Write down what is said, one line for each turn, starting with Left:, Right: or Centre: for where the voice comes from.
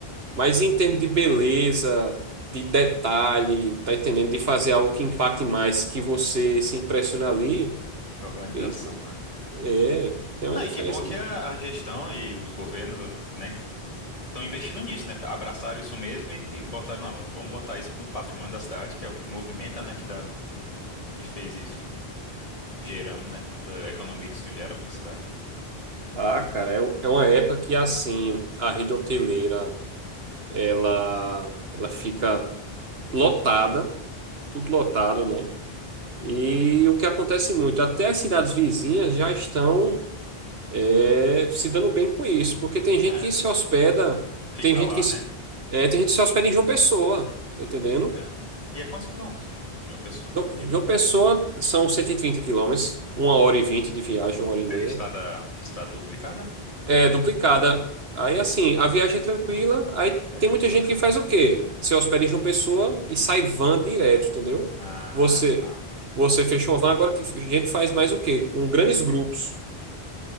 Right: Mas em termos de beleza, de detalhe, tá entendendo? De fazer algo que impacte mais, que você se impressione ali,
Left: Organização,
Right: e-
Left: né?
Right: é, tem uma
Left: Não,
Right: diferença.
Left: e que bom que a, a gestão e os governos, né? estão investindo nisso, né? Abraçaram isso mesmo e, e botaram, não, vamos botar isso como patrimônio da cidade, que é o que movimenta, né? Que dá, e fez isso, um- gerando, né? Toda a economia que isso gera para a cidade.
Right: Ah, cara, é, é uma época que assim, a rede hoteleira, ela, ela fica lotada, tudo lotado, né? E o que acontece muito, até as cidades vizinhas já estão é, se dando bem com isso, porque tem gente
Left: É,
Right: que se hospeda,
Left: fica
Right: tem gente
Left: lá,
Right: que se,
Left: né?
Right: é, tem gente que se hospeda em João Pessoa, tá entendendo?
Left: É. E é quantos quilômetros de uma pessoa,
Right: Então,
Left: Campina?
Right: João Pessoa são 130 quilômetros, uma hora e vinte de viagem, uma hora e meia.
Left: É estrada, estrada duplicada?
Right: É, duplicada. Aí, assim, a viagem é tranquila, aí
Left: É
Right: tem
Left: de
Right: muita
Left: boa,
Right: gente
Left: né?
Right: que faz o quê? Se hospeda em João Pessoa e sai van direto, entendeu?
Left: Ah,
Right: Você,
Left: tá.
Right: você fechou uma van, agora que a gente faz mais o quê? Com grandes grupos.